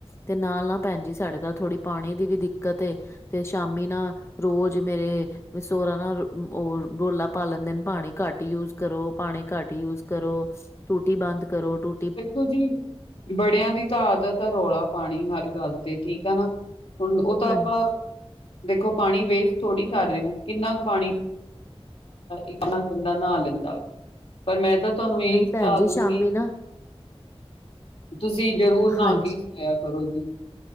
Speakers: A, on the left; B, on the left.
A: ਤੇ ਨਾਲ ਨਾ ਭੈਣ ਜੀ, ਸਾਡੇ ਘਰ ਥੋੜ੍ਹੀ ਪਾਣੀ ਦੀ ਵੀ ਦਿੱਕਤ ਏ ਤੇ ਸ਼ਾਮੀ ਨਾ ਰੋਜ਼ ਮੇਰੇ ਸੋਹਰਾ ਨਾ ਉਹ ਰੋਲਾ ਪਾ ਲੈਂਦੇ ਨੇ, ਪਾਣੀ ਘੱਟ ਯੂਜ ਕਰੋ, ਪਾਣੀ ਘੱਟ ਯੂਜ ਕਰੋ। ਟੂਟੀ ਬੰਦ, ਕਰੋ ਟੂ
B: ਦੇਖੋ ਜੀ ਬੜਿਆਂ ਦੀ ਤਾਂ ਆਦਤ ਹੈ ਰੌਲਾ ਪਾਣੀ, ਹਰ ਗੱਲ ਤੇ ਠੀਕ ਹੈ ਨਾ। ਹੁਣ ਉਹ ਤਾਂ
A: ਹਾਂਜੀ
B: ਆਪਾਂ ਦੇਖੋ, ਪਾਣੀ ਵੇਸਟ ਥੋੜ੍ਹੀ ਕਰ ਰਹੇ ਹਾਂ, ਕਿੰਨਾ ਕੁ ਪਾਣੀ। ਇੱਕ ਨਾਲ ਬੰਦਾ ਨਹਾ ਲੈਂਦਾ, ਪਰ ਮੈਂ ਤਾਂ ਤੁਹਾਨੂੰ ਇਹੀ
A: ਨਹੀਂ
B: ਸਲਾਹ
A: ਭੈਣ ਜੀ
B: ਦੂੰਗੀ
A: ਸ਼ਾਮੀ ਨਾ
B: ਤੁਸੀਂ ਜ਼ਰੂਰ ਨਹਾ
A: ਹਾਂਜੀ।
B: ਕੇ ਹੀ ਸੋਇਆ ਕਰੋ ਜੀ।